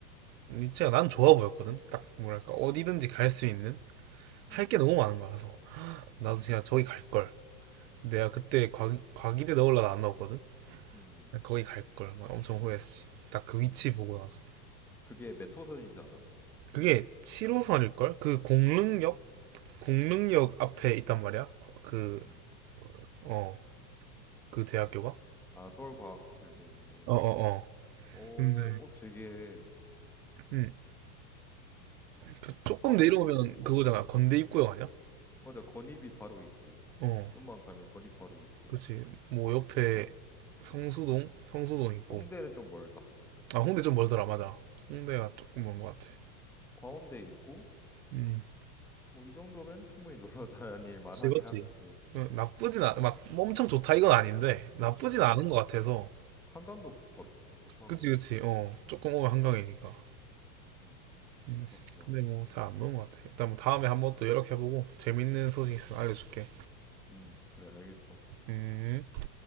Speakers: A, on the right (about 85°); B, in the centre.
A: 위치가 난 좋아 보였거든 딱 뭐랄까 어디든지
B: 음,
A: 갈 수 있는 할
B: 음,
A: 게 너무 많은 거야 그래서 나도 진짜 저기 갈 걸 내가 그때 과, 과기대 넣으려다 안 넣었거든
B: 음,
A: 거기 갈걸 막 엄청 후회했지 딱 그 위치
B: 음.
A: 보고 나서
B: 그게 몇 호선인지 알아?
A: 그게 7호선일걸 그 공릉역 공릉역 앞에 있단 말이야 그
B: 음.
A: 어, 그 대학교가?
B: 아 서울과학기술대에 있네.
A: 어, 어, 어.
B: 어,
A: 근데
B: 어 되게
A: 음, 그 조금
B: 아 뭐
A: 내려오면
B: 이 정도
A: 그거잖아.
B: 어
A: 건대 입구역 아니야?
B: 맞아 건입이 바로 있고
A: 어,
B: 좀만 가면 건입 바로 있고
A: 그렇지. 뭐 옆에
B: 어
A: 성수동, 성수동 있고.
B: 홍대는 좀 멀다.
A: 아, 홍대 좀 멀더라, 맞아. 홍대가
B: 음.
A: 조금 먼 것 같아.
B: 과운대 있고
A: 음,
B: 뭐 이 정도면 충분히 <laughs> 놀러 다닐 만하긴
A: 그렇지,
B: 한데
A: 그 어, 나쁘진
B: 음
A: 않, 막뭐 엄청 좋다 이건 아닌데 나쁘진
B: 맞아
A: 않은 것 같아서.
B: 한강도 바로 얼마나
A: 그치, 그치. 어, 조금 오면 한강이니까.
B: 음
A: 음,
B: 그렇구나
A: 근데 뭐 잘 안 노는 것 같아. 일단 뭐 다음에 한번 또 연락해보고 재밌는 소식 있으면 알려줄게.
B: 음 그래 알겠어
A: 음.